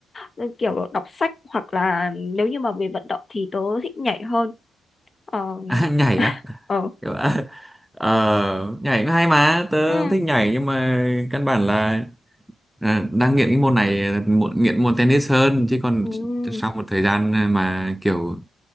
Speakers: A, on the left; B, in the centre.
A: ừ, kiểu đọc sách hoặc là nếu như mà về vận động thì tớ thích nhảy hơn ờ
B: À, nhảy
A: <laughs>
B: á.
A: ờ
B: Kiểu, à, ờ, nhảy cũng hay mà, tớ
A: ừ
B: thích nhảy nhưng mà căn bản là à, đang nghiện cái môn này, muộn- nghiện môn tennis hơn chứ còn
A: ừ
B: sau một thời gian mà kiểu